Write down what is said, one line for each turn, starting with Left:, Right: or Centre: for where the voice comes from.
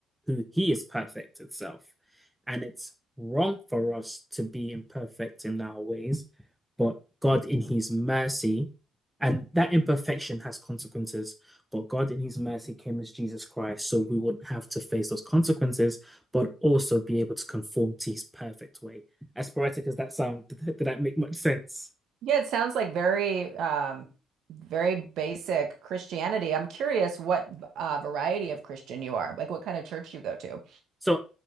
Centre: who he is perfect itself. And it's wrong for us to be imperfect in our ways, but God in his mercy, and that imperfection has consequences, but God in his mercy came as Jesus Christ, so we wouldn't have to face those consequences, but also be able to conform to his perfect way. As poetic as that sound, <laughs> did that make much sense?
Right: Yeah, it sounds like very um very basic Christianity. I'm curious what uh, variety of Christian you are, like what kind of church you go to.
Centre: So